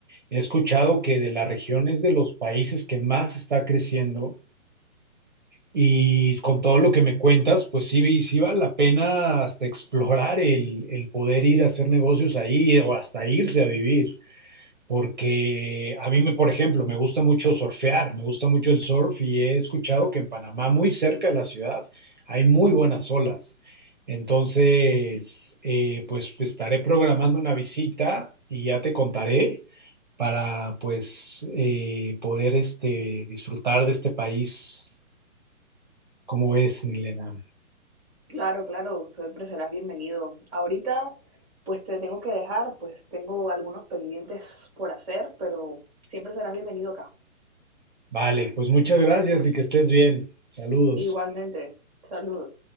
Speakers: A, on the right (about 35°); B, in the centre.
A: He escuchado que de la región es de los países que más está creciendo y con todo lo que me cuentas, pues sí, sí vale la pena hasta explorar el, el poder ir a hacer negocios ahí o hasta irse a vivir porque a mí, me, por ejemplo, me gusta mucho surfear, me gusta mucho el surf y he escuchado que en Panamá, muy cerca de la ciudad, hay muy buenas olas. Entonces, eh, pues pues, estaré programando una visita y ya te contaré para pues eh, poder este, disfrutar de este país. ¿Cómo es, Nilena?
B: Claro, claro, siempre serás bienvenido. Ahorita, pues te tengo que dejar, pues tengo algunos pendientes por hacer, pero siempre serás bienvenido acá.
A: Vale, pues muchas gracias y que estés bien. Saludos.
B: Igualmente, saludos.